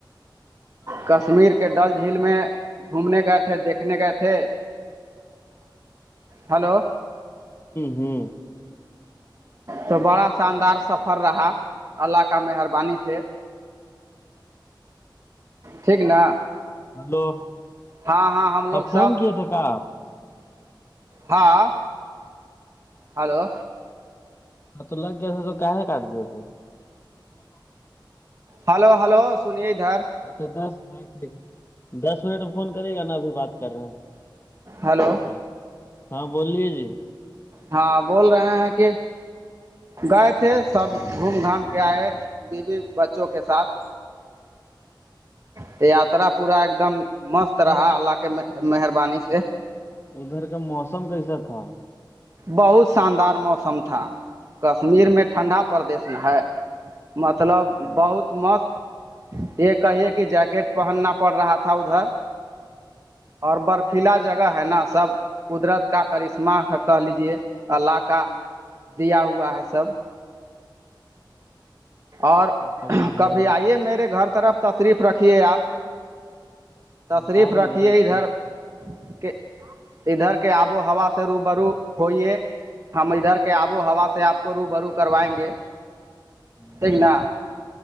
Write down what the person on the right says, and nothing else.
کشمیر کے ڈل جھیل میں گھومنے گئے تھے دیکھنے گئے تھے ہلو
تو بڑا شاندار سفر رہا اللہ کا مہربانی سے ٹھیک نا
ہاں ہم
لوگ
سب
ہاں ہلو
ہلو ہلو سنیے ادھر
ہلو
ہاں بول رہے ہیں کہ گئے تھے سب گھوم گھام کے آئے بیوی بچوں کے ساتھ تو یاترا پورا ایک دم مست
رہا
اللہ کے
مہربانی سے
بہت شاندار موسم تھا کشمیر میں ٹھنڈا پردیش ہے مطلب
بہت مست یہ کہیے کہ جیکٹ پہننا پڑ رہا تھا ادھر اور برفیلا جگہ ہے نا سب قدرت کا کرشمہ کہہ لیجیے اللہ کا دیا ہوا ہے سب اور
کبھی
آئیے میرے گھر طرف تشریف رکھیے آپ تشریف
رکھیے
ادھر
کے ادھر کے آب و ہوا سے رو برو ہوئیے ہم ادھر کے آب و ہوا سے آپ کو رو برو کروائیں گے
ایکگنا